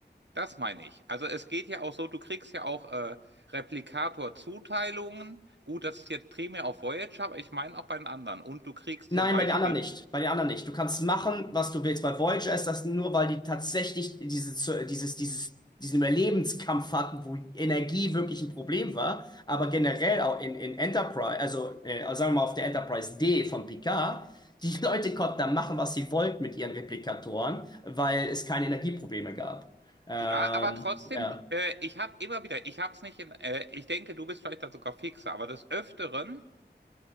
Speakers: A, on the right (about 80°); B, on the left (about 25°).
A: Das meine ich. Also es geht ja auch so, du kriegst ja auch äh, Replikator-Zuteilungen. Gut, das ist jetzt primär auf Voyager, aber ich meine auch bei den anderen. Und du kriegst
B: Nein,
A: zum Beispiel.
B: bei den anderen nicht. Bei den anderen nicht. Du kannst machen, was du willst. Bei Voyager ist das nur, weil die tatsächlich diese, dieses, dieses, diesen Überlebenskampf hatten, wo Energie wirklich ein Problem war. Aber generell auch in, in Enterprise, also äh, also sagen wir mal auf der Enterprise D von Picard, die Leute konnten da machen, was sie wollten mit ihren Replikatoren, weil es keine Energieprobleme gab. Ähm,
A: Ja, aber trotzdem,
B: ja.
A: äh, ich habe immer wieder, ich habe es nicht in, äh, ich denke, du bist vielleicht da sogar fixer, aber des Öfteren